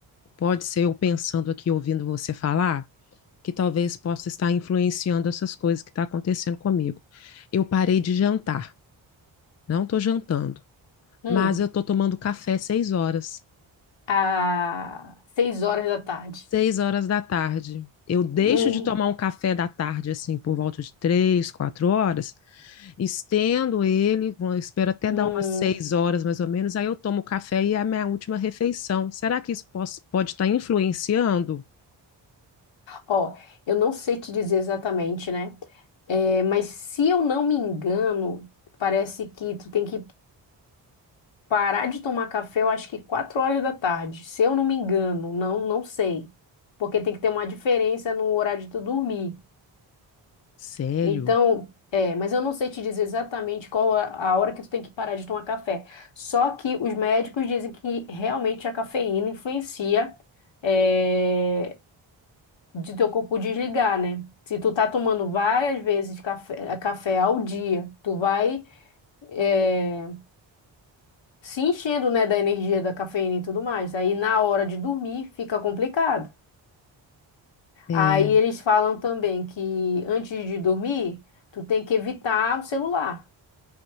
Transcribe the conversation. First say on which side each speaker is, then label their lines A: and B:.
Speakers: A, on the left (about 35°); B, on the left (about 65°).
A: pode ser eu pensando aqui, ouvindo você falar, que talvez possa estar influenciando essas coisas que estão acontecendo comigo. Eu parei de jantar, não estou jantando,
B: Hum.
A: mas eu estou tomando café seis horas.
B: a seis horas da tarde.
A: Seis horas da tarde. Eu deixo
B: Hum,
A: de tomar um café da tarde, assim, por volta de três, quatro horas, estendo ele, vou- espero até
B: hum.
A: dar umas seis horas mais ou menos, aí eu tomo o café e é a minha última refeição. Será que isso pos- pode estar influenciando?
B: Ó, eu não sei te dizer exatamente, né? É, mas se eu não me engano, parece que tu tem que parar de tomar café, eu acho que quatro horas da tarde. Se eu não me engano, não, não sei. Porque tem que ter uma diferença no horário de tu dormir.
A: Sério?
B: Então, é, mas eu não sei te dizer exatamente qual a a hora que tu tem que parar de tomar café. Só que os médicos dizem que realmente a cafeína influencia, é, de teu corpo desligar, né? Se tu tá tomando várias vezes café, café ao dia, tu vai, é, se enchendo, né, da energia da cafeína e tudo mais. Aí na hora de dormir fica complicado.
A: É,
B: Aí eles falam também que antes de dormir, tu tem que evitar o celular.